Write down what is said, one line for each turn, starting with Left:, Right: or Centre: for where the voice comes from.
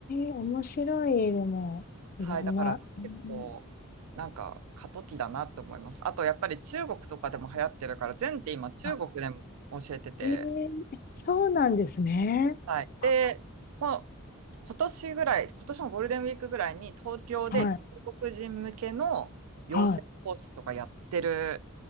Left: え面白い、でも、
Right: はい、
Left: いろんな。
Right: だから結構なんか過渡期だなって思います。
Left: うん
Right: あとやっぱり中国とかでも流行ってるから、前って今中国でも教えてて、
Left: あ、ええそうなんですね。
Right: はい。で、
Left: あ
Right: この今年ぐらい、今年のゴールデンウィークぐらいに東京で中国人向けの養成コースとかやってる
Left: はい、はい。